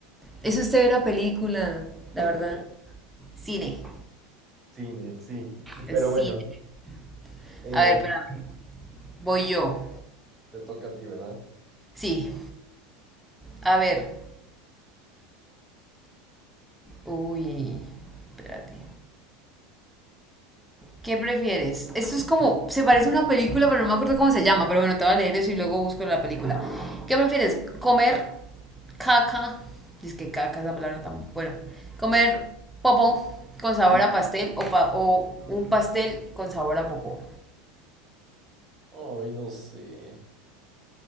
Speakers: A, in the centre; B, on the right.
A: eso es usted ver la película, la
B: <laughs>
A: verdad. Cine,
B: Cine, sí.
A: es
B: Pero
A: cine.
B: bueno, eh,
A: A ver, espérame. Voy yo.
B: te toca a ti, ¿verdad?
A: Sí. A ver. Uy. Espérate. ¿Qué prefieres? Esto es como. Se parece a una película, pero no me acuerdo cómo se llama. Pero bueno, te voy a leer eso y luego busco la película. ¿Qué prefieres? ¿Comer caca? Dice que caca es la palabra tan. Bueno. ¿Comer popó con sabor
B: Sí.
A: a pastel o, pa- o un pastel con sabor a popó?
B: Ay, no sé.